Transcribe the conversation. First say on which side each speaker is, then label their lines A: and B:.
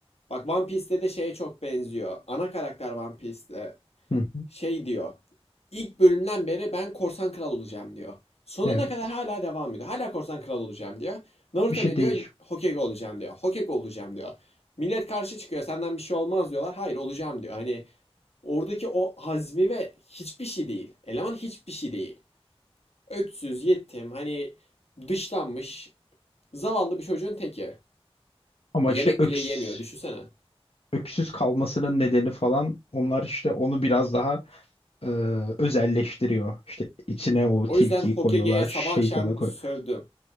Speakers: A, on the left; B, on the left.
A: bak One Piece'te de şeye çok benziyor. Ana karakter One Piece'te
B: Hı hı.
A: şey diyor. İlk bölümden beri ben korsan kral olacağım diyor. Sonuna
B: Evet.
A: kadar hala devam ediyor. Hala korsan kral olacağım diyor. Naruto
B: Bir şey
A: ne
B: değiş.
A: diyor? Hokage olacağım diyor. Hokage olacağım diyor. Millet karşı çıkıyor. Senden bir şey olmaz diyorlar. Hayır olacağım diyor. Hani oradaki o hazmi ve hiçbir şey değil. Eleman hiçbir şey değil. Öksüz, yetim, hani dışlanmış, zavallı bir çocuğun teki.
B: Ama
A: Yemek
B: işte öks,
A: bile yiyemiyor düşünsene.
B: öksüz kalmasının nedeni falan onlar işte onu biraz daha e, özelleştiriyor. İşte içine o
A: O
B: tilkiyi
A: yüzden Hokage'ye
B: koyuyorlar, şeytanı
A: sabah akşam
B: koyuyor.
A: sövdüm.